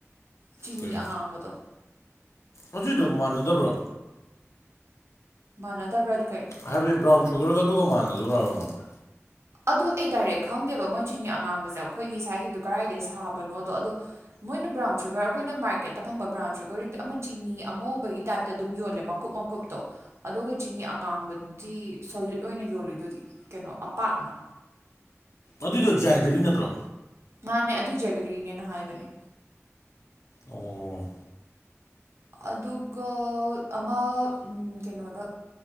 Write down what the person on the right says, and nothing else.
ꯆꯤꯅꯤ
ꯑꯉꯥꯡꯕꯗꯣ
ꯃꯥꯅꯗꯕ꯭ꯔꯗꯤ ꯀꯩꯅꯨ
ꯑꯗꯣ ꯑꯩ ꯗꯥꯏꯔꯦꯛ ꯈꯪꯗꯦꯕ ꯃꯣꯏ ꯆꯤꯅꯤ ꯑꯉꯥꯡꯕꯖꯦ ꯑꯩꯈꯣꯏꯒꯤ ꯁ꯭ꯋꯥꯏꯒꯤꯗꯨ ꯀꯗꯥꯏꯗꯒꯤ ꯁꯥꯕꯅꯣꯗꯣ ꯑꯗꯣ ꯃꯣꯏꯅ ꯕ꯭ꯔꯥꯎꯟ ꯁꯨꯒꯔ ꯑꯩꯈꯣꯏꯅ ꯃꯥꯔꯀꯦꯠꯇ ꯐꯪꯕ ꯕ꯭ꯔꯥꯎꯟ ꯁꯨꯒꯔꯗꯨꯗꯤ ꯑꯃ ꯆꯤꯅꯤ ꯑꯉꯧꯕꯒꯤ ꯇꯥꯏꯞꯇ ꯑꯗꯨꯝ ꯌꯣꯜꯂꯦ ꯃꯀꯨꯞ ꯃ ꯀꯨꯞꯇꯣ ꯑꯗꯨꯒ ꯆꯤꯅꯤ ꯑꯉꯥꯡꯕꯗꯤ ꯁꯣꯂꯤꯠ ꯑꯣꯏꯅ ꯌꯣꯜꯂꯤꯗꯨꯗꯤ ꯀꯩꯅꯣ ꯑꯄꯥꯛꯅ
ꯃꯥꯅꯦ ꯑꯗꯨ ꯖꯦꯒ꯭ꯔꯤꯅꯦꯅ ꯍꯥꯏꯕꯅꯦ
ꯑꯗꯨꯒ ꯑꯃ ꯎꯝ ꯀꯩꯅꯣꯗ